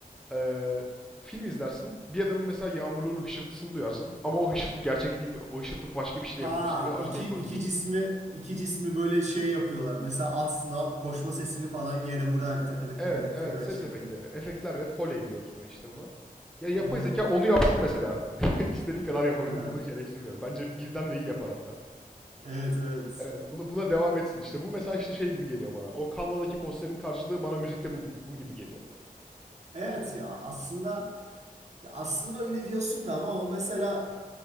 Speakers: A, in the centre; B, on the right.
A: eee, film izlersin. Bir adamın mesela yağmurluğunun hışırtısını duyarsın. Ama o hışırtı gerçek değildir. O hışırtı başka bir şeyle
B: Ha
A: yapılmıştır ve arkaya
B: iki,
A: koyulmuştur.
B: iki cismi iki cismi böyle şey yapıyorlar. Mesela at sınav koşma sesini falan yere vurarak tak tak
A: Evet,
B: tak tak
A: evet.
B: tak tak
A: Ses
B: şeklinde.
A: efektleri. Efektler ve Foley diyoruz buna işte buna. Ya yapay
B: Aha.
A: zeka onu yapsın mesela. <laughs> İstediği kadar yapabilir.
B: Aha.
A: Bunu hiç eleştirmiyorum. Bence bizden de iyi yapar hatta.
B: Evet evet.
A: Evet, buna buna devam etsin. İşte bu mesela işte şey gibi geliyor bana. O Canva'daki posterin karşılığı bana müzikte bu bu gibi geliyor.
B: Evet ya aslında ya aslında öyle diyorsun da ama o mesela